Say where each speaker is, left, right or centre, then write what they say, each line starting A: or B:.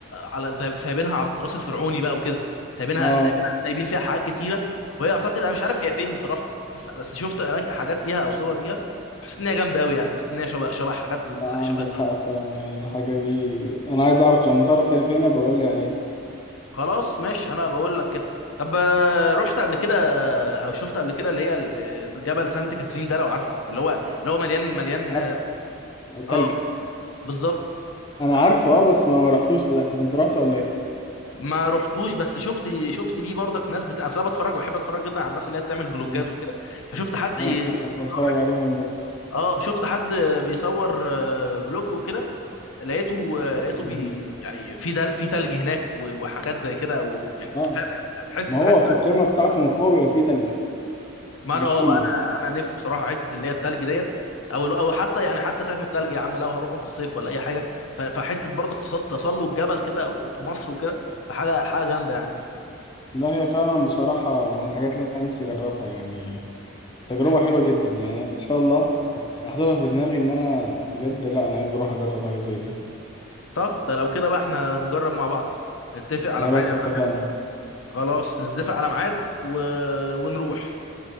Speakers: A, on the left; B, on the left.
A: على زي- سايبينها على التراث الفرعوني بقى وكده سايبينها
B: اه
A: سايبينها سايبين فيها حاجات كتيره وهي اعتقد انا مش عارف هي فين بصراحه بس بس شفت أماكن- حاجات ليها او صور ليها حسيت ان هي جامده قوي يعني حسيت ان هي شبه شبه حاجات
B: لا، عندك
A: شبه التراث
B: حق
A: الفرعوني
B: فعلا هي الحاجة دي انا عايز اعرف لما تعرف هي فين بقول لي عليها
A: خلاص ماشي انا بقول لك كده طب آه، رحت قبل كده او شفت قبل كده اللي هي ال- جبل سانت كاترين ده لو عارفه اللي هو اللي هو مليان مليان
B: عارف
A: اه
B: تلج
A: بالظبط
B: انا
A: آه،
B: عارفه اه بس ما ما رحتوش للاسف انت رحت ولا ايه
A: ما رحتوش بس شفت شفت ليه برضك ناس بت... اصل انا بتفرج بحب اتفرج جدا على الناس اللي هي بتعمل فلوجات
B: مم.
A: وكده فشفت حد
B: انا
A: بيصور
B: بتفرج
A: هناك
B: عليهم
A: فلوج
B: برضه
A: اه شفت حد بيصور آه، فلوج وكده لقيته آه، لقيته
B: مم.
A: بي يعني في دل... في تلج هناك و- وحاجات زي كده او يعني
B: اه
A: فاهم تحس
B: ما
A: تحس
B: هو في القمة بتاعته من فوق بيبقى فيه تلج
A: ما
B: مش
A: انا اه
B: كله
A: بقى انا انا نفسي بصراحه حته اللي هي التلج ديت او او حتى يعني حتى سيبك من التلج يا عم لو هروحوا في الصيف ولا اي حاجه ف- فحته برضه تص- تسلق جبل كده في مصر وكده فحاجه حاجه جامده يعني
B: لا هي فعلا بصراحة من الحاجات اللي انا نفسي اجربها يعني تجربة
A: مم.
B: حلوة جدا يعني ان شاء الله حاططها في دماغي ان انا بجد لا انا عايز اروح اجرب حاجة زي دي
A: طب ده لو كده بقى احنا نجرب مع بعض نتفق على
B: خلاص
A: ميعاد يا
B: اتفقنا
A: معلم خلاص نتفق على ميعاد و... ونروح